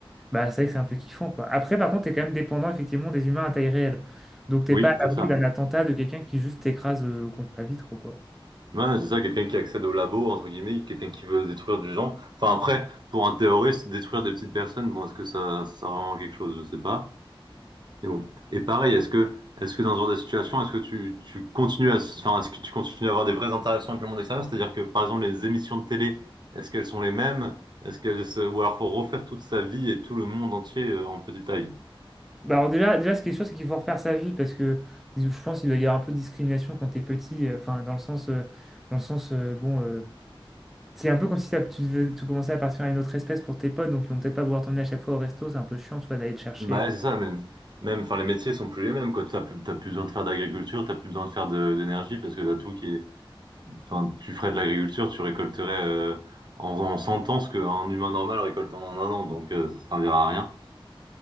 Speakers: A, in the centre; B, on the right.
A: bah, c'est vrai que c'est un peu kiffant, quoi. Après, par contre, t'es quand même dépendant, effectivement, des humains à taille réelle. Donc, t'es
B: Oui,
A: pas à
B: c'est
A: l'abri
B: ça.
A: d'un attentat de quelqu'un qui juste t'écrase euh, contre la vitre, quoi.
B: Ouais, c'est ça, quelqu'un qui accède au labo, entre guillemets, quelqu'un qui veut détruire du genre. Enfin après, pour un terroriste, détruire des petites personnes, bon, est-ce que ça, ça sert vraiment à quelque chose? Je sais pas. Et bon. Et pareil, est-ce que, est-ce que dans ce genre de situation, est-ce que tu, tu continues à, enfin, est-ce que tu continues à avoir des vraies interactions avec le monde extérieur? C'est-à-dire que, par exemple, les émissions de télé, est-ce qu'elles sont les mêmes? Est-ce qu'elles se- ou alors faut refaire toute sa vie et tout le monde entier euh, en petite taille?
A: Bah, alors, déjà, déjà, ce qui est sûr, c'est qu'il faut refaire sa vie parce que je pense qu'il doit y avoir un peu de discrimination quand t'es petit. euh, Enfin, dans le sens, euh, dans le sens euh, bon, euh, c'est un peu comme si t'as- tu, devais- tu commençais à partir à une autre espèce pour tes potes, donc ils vont peut-être pas vouloir t'emmener à chaque fois au resto. C'est un peu chiant, tu vois, d'aller te chercher.
B: Bah, ouais, c'est ça, même. Même, enfin, les métiers sont plus les mêmes, quoi. T'as plus, t'as plus besoin de faire d'agriculture, t'as plus besoin de faire de- d'énergie parce que t'as tout qui est, enfin, tu ferais de l'agriculture, tu récolterais, euh, en, en 100 ans ce qu'un humain normal récolte en un an, donc, euh, ça servira à rien.